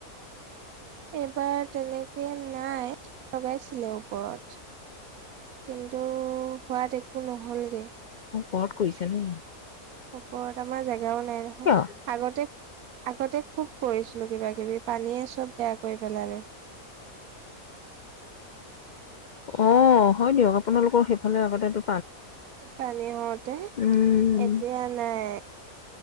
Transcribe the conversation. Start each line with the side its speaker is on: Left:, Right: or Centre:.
Right: এবাৰ তেনেকে নাই লগাইছিলে ওপৰত কিন্তু সোৱাদ একো নহলগে
Left: কত কৰিছে নো
Right: ওপৰত আমাৰ জেগাও নাই নহয়
Left: কিয়
Right: আগতে আগতে খুব কৰিছিলো কিবা কিবি পানীয়ে চব বেয়া কৰি পেলালে
Left: অ হয় দিয়ক আপোনালোকৰ সেইফালে আগতেটো
Right: পানী হওঁতে
Left: উম
Right: এতিয়া নাই